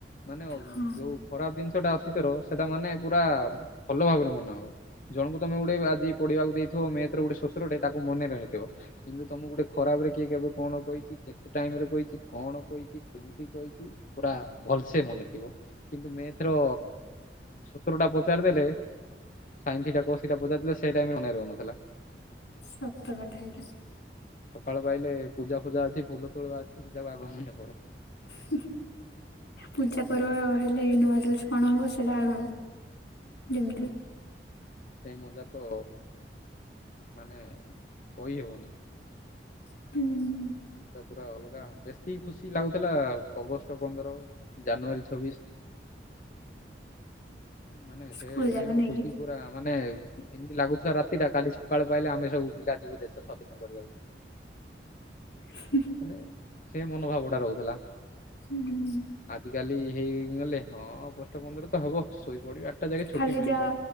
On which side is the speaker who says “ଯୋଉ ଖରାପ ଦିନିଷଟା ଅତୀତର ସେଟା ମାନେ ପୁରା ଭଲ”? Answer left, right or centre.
Left